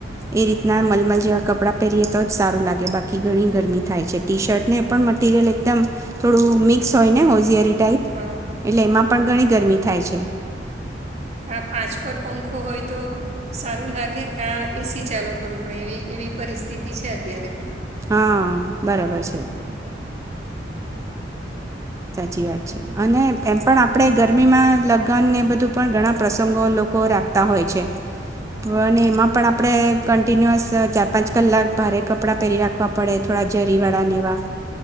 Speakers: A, on the right; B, on the right.
A: એ રીતના મલમલ જેવા કપડાં પહેરીએ. તો જ સારું લાગે બાકી. ઘણી
B: હમ
A: ગરમી થાય છે ટી શર્ટ. ને પણ મટિરિયલ એકદમ થોડું મિક્સ હોય ને હોઝિયારી. ટ
B: હા
A: એટલે એમાં. પણ ઘણી ગરમી થાય છે.
B: કા પાંચ પર પંખો હોય તો સારું લાગે કા એસી ચાલુ કરવું પડે એવી એવી પરિસ્થિતિ છે અત્યારે.
A: હા બરાબર
B: હમ
A: છે. સાચી વાત છે અને એમ પણ આપણે ગરમીમાં લગ્ન ને બધું પણ ઘણા પ્રસંગો લોકો રાખતા હોય છે. હ ને એમાં પણ આપડે. કન્ટિન્યુઅસ ચાર પાંચ કલાક ભારે કપડાં પહેરી રાખવા પડે થોડા જરીવાળાનેવા